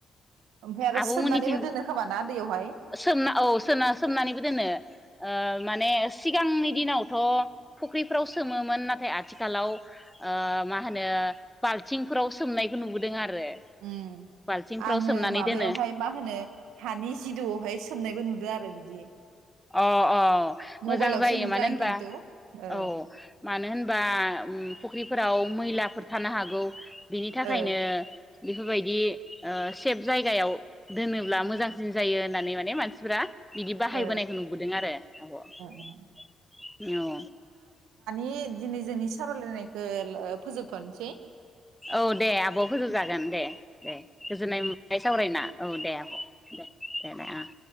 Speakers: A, on the right (about 80°); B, in the centre.
A: ओमफ्राय आरो
B: आब'मोननिथिं
A: सोमनानैबो दोनो खोमा ना दैयावहाय
B: सोमना औ सोमना सोमनानैबो दोनो ओ माने सिगांनि दिनावथ' फुख्रिफ्राव सोमोमो ना थाय आथिखालाव ओ मा मा होनो बाल्थिंफोराव सोमनायखौ नुबोदों आरो
A: उम
B: बाल्थिंफ्राव
A: आङो
B: सोमनानै
A: माबायावहाय
B: दोनो
A: मा होनो हानि जिदौआवहाय सोमनायबो नुदो आरो बिदि
B: अ अ
A: मबाइलावसो
B: मोजां जायो
A: नुदों
B: मानो
A: आं
B: होनबा
A: खिन्थु ओ
B: औ मानो होन बा उम फुख्रिफोराव मैलाफोर थानो हागौ बिनि थाखायनो
A: ओ
B: बेफोरबायदि ओ सेफ जायगायाव दोनोब्ला मोजांसिन जायो होननानै माने मानसिफोरा बिदि बाहायबोनाय
A: ओ
B: नुदों आरो आब औ
A: ओ दे दिनै जोंनि सावरायलायनायखौ फोजोबथनोसै
B: औ दे आब फोजोबजागोन दे दे गोजोननाय मोननाय सावरायना औ दे आब दे दे दे ओ